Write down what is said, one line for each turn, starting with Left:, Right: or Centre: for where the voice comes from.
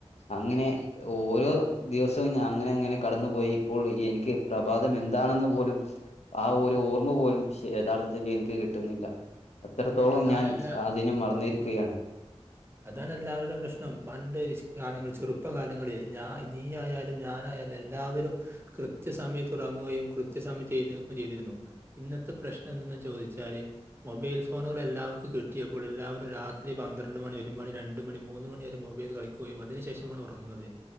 Left: അങ്ങനെ ഓരോ ദിവസവും അങ്ങനെ അങ്ങനെ കടന്നു പോോയി ഇപ്പോൾ എനിക്ക് പ്രഭാതം എന്താണെന്ന് പോലും ആ ഒരു ഓർമ്മ പോലും യഥാർത്ഥത്തിൽ എനിക്ക് കിട്ട്ന്നില്ല അത്രത്തോളം
Right: അതാണെല്ലാ
Left: ഞാൻ ആധിനെ മറന്നിരിക്കുകയാണ്
Right: അതാനല്ലാവരുടെയും പ്രശ്നം പണ്ട് ആണുങള് കാലങ്ങളിൽ ചെറുപ്പകാലങ്ങളിൽ നീ ആയാലും ഞാനായാലും എല്ലാവരും കൃത്യ സമയത്ത് ഉറങ്ങുകയും കൃത്യ സമയത്ത് എഴ് ന്നേൽക്കുകയും ചെയ്തിരുന്നു ഇന്നത്തെ പ്രശ്നം എന്തെന്ന് ചോദിച്ചാല് മൊബൈൽഫോ ഫോണുകൾ എല്ലാവർക്കും കിട്ടിയപ്പോൾ എല്ലാവരും രാത്രി പന്ത്രണ്ട് മണി ഒരു മണി രണ്ട് മണി മൂന്ന് മണിവരെ മൊബൈൽ കളിക്കും അതിനു ശേഷമാണ് ഉറങ്ങുന്നത്